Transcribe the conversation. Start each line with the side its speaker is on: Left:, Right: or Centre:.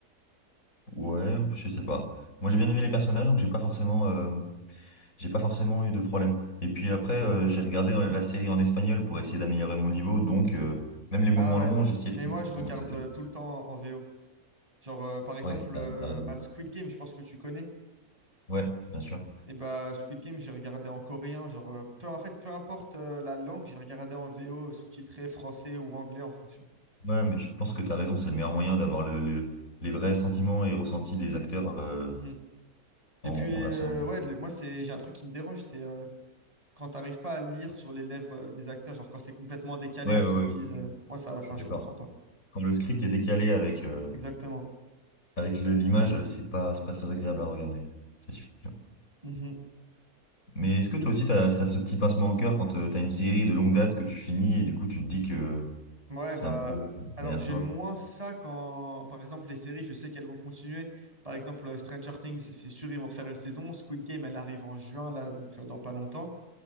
Left: Ouais, je sais pas. Moi, j'ai bien aimé les personnages, donc j'ai pas forcément, euh, j'ai pas forcément eu de problème. Et puis
Right: Mm.
Left: après, euh, j'ai regardé la série en espagnol pour essayer d'améliorer mon niveau, donc euh, même les moments
Right: Ah ouais.
Left: longs, j'essayais
Right: Mais
Left: de comprendre.
Right: moi, je regarde
Left: Donc c'était.
Right: euh,
Left: cool.
Right: tout le temps en VO. Genre, euh, par exemple,
Left: Ouais, t'as,
Right: euh,
Left: t'as raison.
Right: bah, Squid Game, je pense que tu connais.
Left: Ouais, bien sûr.
Right: Et bah, Squid Game, j'ai regardé en coréen. Genre, euh, peu en fait, peu importe euh, la langue, j'ai regardé en VO, sous-titré français ou anglais en fonction.
Left: Ouais, mais je pense que t'as raison, c'est le meilleur moyen d'avoir le, le- les vrais sentiments et ressentis des acteurs euh,
Right: Mhm. Et
Left: en,
Right: puis,
Left: en version
Right: euh,
Left: originale.
Right: ouais, le- moi, c'est j'ai un truc qui me dérange, c'est euh, quand t'arrives pas à le lire sur les lèvres euh, des acteurs, genre quand c'est complètement décalé
Left: Ouais,
Right: ce
Left: ouais,
Right: qu'ils
Left: ouais.
Right: disent, euh,
Left: ouais,
Right: moi ça, enfin
Left: Je suis d'accord.
Right: je comprends pas.
Left: Quand le script est décalé avec euh,
Right: Exactement.
Left: avec le- l'image, c'est pas, c'est pas très agréable à regarder. C'est sûr.
Right: Mhm.
Left: Mais est-ce que toi aussi, t'as, ça, ce petit pincement au cœur quand euh, t'as une série de longue date que tu finis et du coup, tu te dis que
Right: Ouais,
Left: c'est
Right: bah
Left: un peu
Right: alors
Left: derrière
Right: j'ai
Left: toi?
Right: moins ça quand, par exemple, les séries, je sais qu'elles vont continuer. Par exemple, euh, Stranger Things, c'est sûr, ils vont refaire une saison. Squid Game, elle arrive en juin, là, donc euh, dans pas longtemps.